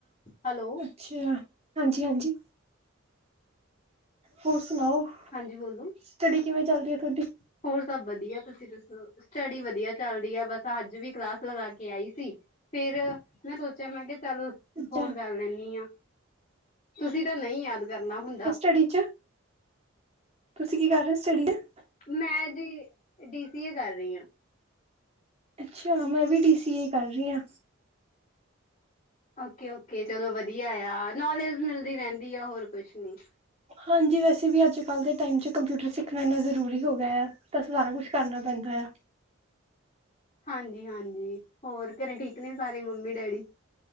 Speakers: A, on the left (about 30°); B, on the right (about 30°).
A: ਹੈਲੋ
B: ਅੱਛੇਆ ਹਾਂਜੀ-ਹਾਂਜੀ ਹੋਰ ਸੁਣਾਓ?
A: ਹਾਂਜੀ ਬੋਲੋ।
B: ਸਟੱਡੀ ਕਿਵੇਂ ਚੱਲਦੀ ਆ ਤੁਹਾਡੀ?
A: ਹੋਰ ਸਭ ਵਧੀਆ ਤੁਸੀਂ ਦੱਸੋ ਸਟੱਡੀ ਵਧੀਆ ਚੱਲ ਦੀ ਆ ਬਸ ਅੱਜ ਵੀ ਕਲਾਸ ਲਗਾ ਕੇ ਆਈ ਸੀ ਫੇਰ ਮੈਂ ਸੋਚਿਆ ਮੈਂ ਕਿਆ ਚਲ
B: ਅੱਛਾ
A: ਫੋਨ ਕਰ ਲੈਂਨੀ ਆ। ਤੁਸੀਂ ਤਾਂ ਨਈ ਯਾਦ ਕਰਨਾ ਹੁੰਦਾ।
B: ਕੜੀ ਚ ਤੁਸੀਂ ਕੀ ਕਰ ਰੇ ਓ ਸਟੱਡੀ <unintelligible>
A: ਮੈਂ ਜੀ ਡੀ ਸੀ ਏ ਕਰ ਰੀਆ।
B: ਅੱਛਾ, ਮੈਂ ਵੀ ਡੀ ਸੀ ਏ ਕਰ ਰੀਆ।
A: ਓਕੇ ਓਕੇ, ਚਲੋ ਵਧੀਆ ਆ। ਨੌਲੇਜ ਮਿਲਦੀ ਰੈਂਦੀ ਆ ਹੋਰ ਕੁਝ ਨੀ।
B: ਹਾਂਜੀ ਵੈਸੇ ਵੀ ਅੱਜ ਕੱਲ ਦੇ ਟਾਈਮ ਚ ਕੰਪਿਊਟਰ ਸਿੱਖਣਾ ਇੰਨਾ ਜ਼ਰੂਰੀ ਹੋ ਗਿਆ ਆ। ਤਾਂ ਸਾਰਾ ਕੁਝ ਕਰਨਾ ਪੈਂਦਾ ਐ।
A: ਹਾਂਜੀ ਹਾਂਜੀ, ਹੋਰ ਘਰੇ ਠੀਕ ਨੇ ਸਾਰੇ, ਮੰਮੀ-ਡੈਡੀ